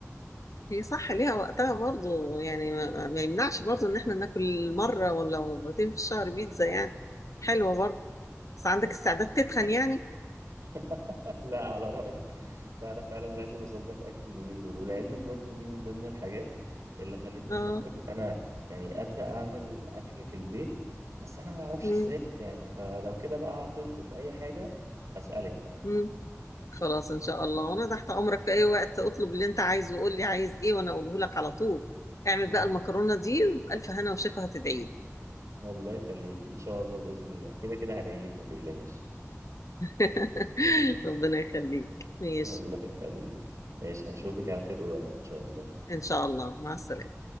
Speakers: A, on the left; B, on the right.
A: هي صح ليها وقتها برضو يعني ما, ما يمنعش برضو ان احنا ناكل مرة ولا مرتين في الشهر بيتزا يعني حلوة برضو بس عندك استعداد تتخن يعني
B: <laughs> لا على رأيك لا أنا فعلا لازم أظبط أكلي اليومين دول ولعلمك برضو دي من ضمن الحاجات اللي خلتني
A: <laughs>
B: أفكر إن أنا يعني أبدأ أعمل أكل في البيت بس أنا ما بعرفش
A: اه
B: إزاي يعني فلو كده بقى عطلت في أي حاجة هسألك بقى
A: مم. خلاص ان شاء الله وانا تحت امرك في اي وقت اطلب اللي انت عايزه وقول لي عايز ايه وانا اقوله لك على طول اعمل
B: رب-
A: بقى المكرونه دي بالف هنا وشفا هتدعي لي.
B: الله يخليك إن شاء الله بإذن الله كده كده هدعيلك ما تقلقيش
A: <laughs> ربنا يخليك ماشي
B: الله يخليك ماشي هشوفك
A: طيب.
B: على خير قريب إن شاء الله
A: ان شاء الله مع السلامه